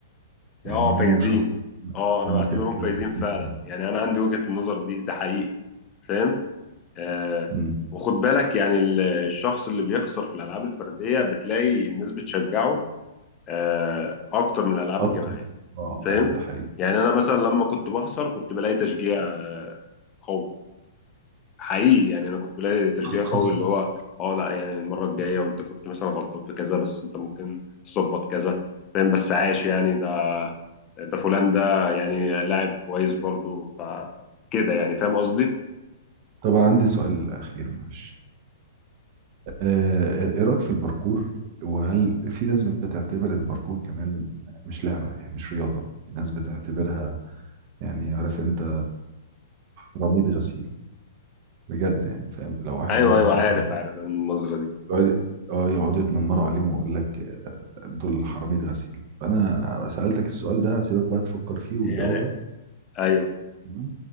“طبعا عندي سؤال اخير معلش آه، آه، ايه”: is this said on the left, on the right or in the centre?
Right